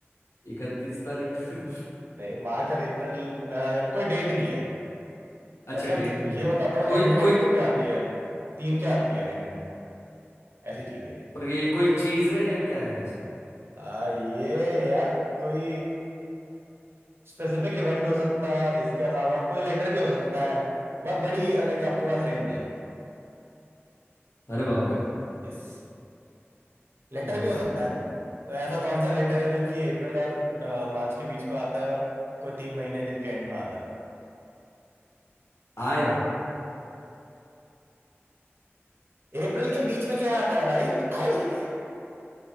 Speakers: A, on the left; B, on the right.
A: इकतीस तारीख <laughs>
B: नहीं मार्च और अप्रैल अ, कोई डेट नहीं है
A: अच्छा
B: मतलब
A: डेट नहीं
B: ये बताता
A: है
B: हूँ
A: कोई
B: एंड में
A: कोई
B: कितनों की आती है तीन क्या आती है एंड में ऐसी चीज है ये
A: पर ये कोई चीज है या क्या है ऐसा
B: आ, ये यार कोई स्पेसिफिक इवेंट हो सकता है इसके अलावा कोई लेटर भी हो सकता है बहुत बड़ी लाइक आपके पास रेंज है
A: अरे बाप रे
B: यस लेटर
A: हम्म,
B: भी हो सकता है तो ऐसा कौन सा लेटर है जो कि अप्रैल और मार्च के बीच में आता है और कोई तीन महीने हैं जिनके एंड में आता
A: आए
B: है अप्रैल के बीच में क्या आता है भाई <laughs> आई